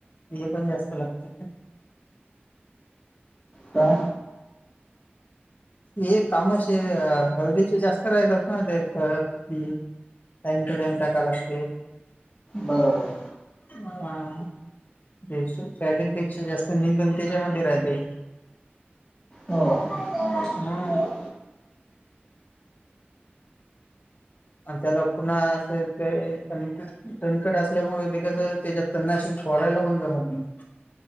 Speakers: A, on the left (about 45°); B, on the left (about 15°).
A: हे पण जास्त लागते.
B: का?
A: एक कामाचे हळदीचे जास्त राहतात ना ते. हम् टईम टू टाइम टका लागते.
B: बरोबर
A: हां. साईडपेक्षा जास्त निंदन त्याच्यामध्ये राहते.
B: हो
A: हम. आणि त्याला पुन्हा असं ते. सांगते. कणकट असल्यामुळे ते कस त्याच्या तन्नाशी फोरायला पण जमत नाही.